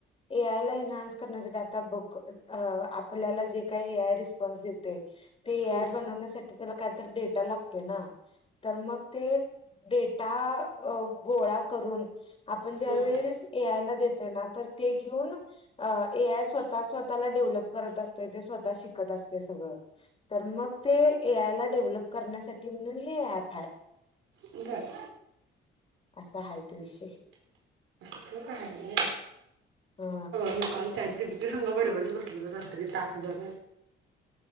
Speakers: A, on the left; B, on the right.
A: ए आय ला एनहान्स करण्याचा ते आता बघ आपल्याला जे काही ए आय रिस्पॉन्स देते ते ए
B: हम्म,
A: आय बनवण्यासाठी त्याला काहीतरी डेटा लागतोय ना, तर मग ते डेटा अ गोळा करून आपण ज्या
B: हम्म.
A: वेळेस ए आयला देतोय ना तर ते घेऊन ए आय स्वतः स्वतःला व्हप करत अस ते स्वतः शिकत असते सगळ तर मग ते ए आयला डेव्हलप करण्या म्हण हे ऍप आहे
B: बरं
A: असा आहे त विषय
B: इ काहा आहे
A: हा
B: म काल चाट जी टी पी संगा बडेबडत बसले त रात्री तासभर